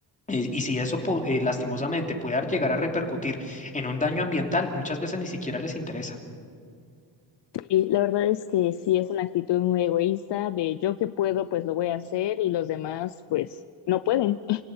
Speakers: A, on the left; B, on the left.
A: eh, y si eso po- eh, lastimosamente puede dar- llegar a repercutir en un daño ambiental, muchas veces ni siquiera les interesa.
B: Sí, la verdad es que sí es una actitud muy egoísta de yo que puedo, pues lo voy a hacer y los demás, pues no pueden.